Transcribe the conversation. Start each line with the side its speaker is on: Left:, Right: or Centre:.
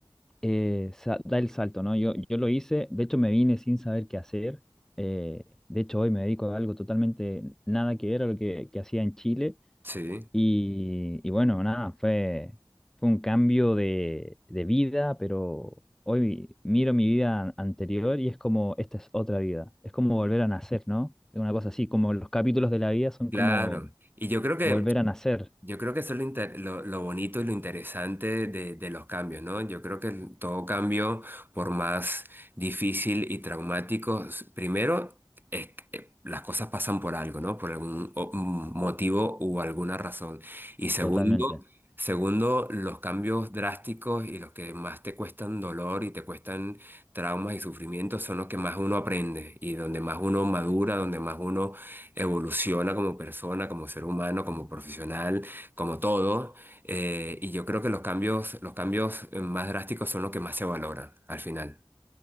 Centre: eh, sa- da el salto, ¿no? Yo, yo lo hice, de hecho me vine sin saber qué hacer, eh, de hecho hoy me dedico a algo totalmente nada que ver a lo que, que hacía en Chile
Right: sí,
Centre: y, y bueno, nada, fue, fue un cambio de, de vida, pero hoy miro mi vida an- anterior y es como, esta es otra vida, es como volver a nacer, ¿no? Es una cosa así, como los capítulos de la vida son
Right: claro.
Centre: como
Right: Y yo creo que
Centre: volver a nacer
Right: Yo creo que eso es lo, inter- lo- lo bonito y lo interesante de, de los cambios, ¿no? Yo creo que el- todo cambio, por más difícil y traumático, s- primero es que las cosas pasan por algo, ¿no? Por algún o- un motivo u alguna razón. Y segundo,
Centre: totalmente.
Right: segundo, los cambios drásticos y los que más te cuestan dolor y te cuestan traumas y sufrimientos son los que más uno aprende y donde más uno madura, donde más uno evoluciona como persona, como ser humano, como profesional como todo, eh, y yo creo que los cambios, los cambios eh, más drásticos son los que más se valoran al final.